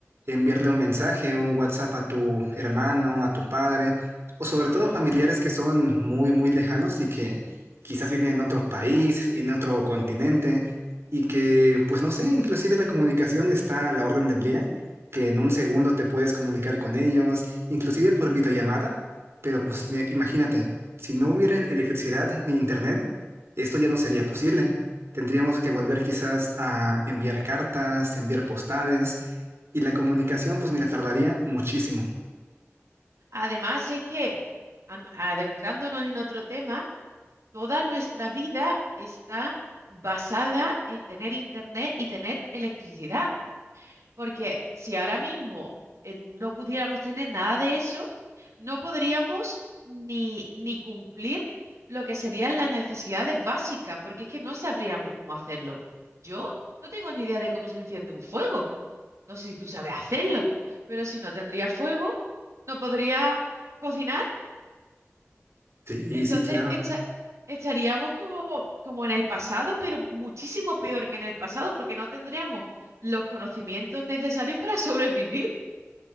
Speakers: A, on the right (about 60°); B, on the right (about 85°).
A: enviarle un mensaje, un WhatsApp a tu hermano, a tu padre, o sobre todo familiares que son muy, muy lejanos y que quizás viven en otro país, en otro continente, y que, pues no sé, inclusive la comunicación está a la orden del día, que en un segundo te puedes comunicar con ellos inclusive por videollamada, pero pues mira, imagínate, si no hubiera electricidad ni internet, esto ya no sería posible. Tendríamos que volver quizás a enviar cartas, enviar postales, y la comunicación, pues mira, tardaría muchísimo.
B: además, es que am- adentrándonos en otro tema. Toda nuestra vida está basada en tener internet y tener electricidad, porque si ahora mismo eh, no pudiéramos tener nada de eso, no podríamos ni, ni cumplir lo que serían las necesidades básicas, porque es que no sabríamos cómo hacerlo. Yo no tengo ni idea de cómo se enciende un fuego. No sé si tú sabes hacerlo, pero si no tendría fuego, no podría cocinar
A: Sí,
B: entonces,
A: sí, claro.
B: echa- estaríamos como, como en el pasado, pero muchísimo peor que en el pasado, porque no tendríamos los conocimientos necesarios para sobrevivir.